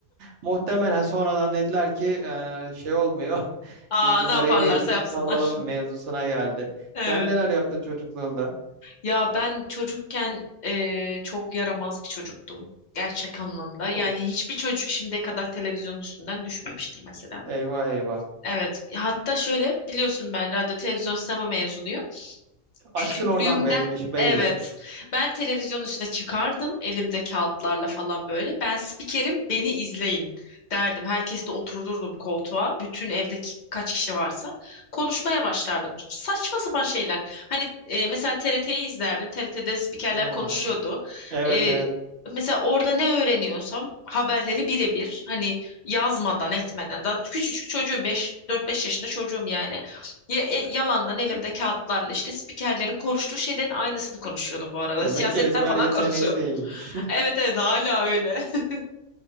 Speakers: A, on the right; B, on the left.
A: muhtemelen sonradan dediler ki eee, şey olmuyor.
B: <laughs> Aa,
A: Biz bunları
B: ne yaparlarsa
A: en iyisi
B: yapsınlar.
A: salalım mevzusuna geldi.
B: Evet.
A: Sen neler yaptın çocukluğunda?
B: Ya ben çocukken eee, çok yaramaz bir çocuktum. Gerçek anlamda. Yani
A: Of,
B: hiçbir çocuk şimdiye kadar televizyonun üstünden düşmemiştir mesela.
A: eyvah eyvah.
B: Evet. Hatta şöyle biliyorsun ben radyo televizyon sinema mezunuyum. Küçüklüğümden
A: Aşkın oradan belliymiş belli.
B: evet. Ben televizyonun üstüne çıkardım elimde kağıtlarla falan böyle. Ben spikerim beni izleyin derdim. Herkesi de oturdurdum koltuğa. Bütün evdeki kaç kişi varsa konuşmaya başlardım. Saçma sapan şeyler. Hani e, mesela TRT'yi izlerdim. TRT'de spikerler
A: Hmm,
B: konuşuyordu.
A: Evet
B: E,
A: evet.
B: mesela orada ne öğreniyorsam haberleri birebir hani yazmadan etmeden daha küçücük çocuğum 5 4-5 yaşında çocuğum yani ya- e, yalandan elimde kağıtlarla işte spikerlerin konuştuğu şeylerin aynısını konuşuyordum bu arada.
A: Demek
B: Siyasetten
A: ki ezber
B: falan
A: yeteneğin
B: konuşuyordum.
A: de iyiymiş.
B: <laughs> Evet evet hala öyle. <laughs>